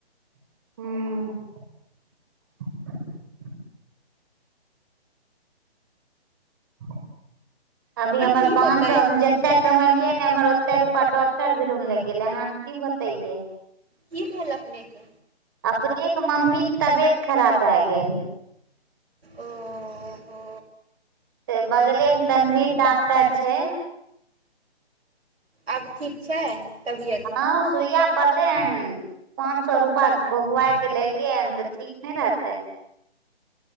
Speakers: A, on the right; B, on the right.
A: हुं ह <unintelligible> अभी हमर
B: की
A: पांच
B: होतै
A: सौ मे जतेक समझलियै ने हमर ओते रूपया डॉक्टर भीरुन लागि गेलै अहां के कि बतैये।
B: की भेल अपनेके।
A: अपनेके मम्मीके तबियत खराब भए गेल।
B: ओ हो
A: त बगलेमे तनवीर डॉक्टर छै। छै
B: आब ठीक छै। तबियत
A: हां, सुइया पड़लैहन, पांच सौ रूपया दुधवा के लेलियै हन त ठीक नहि रहतै।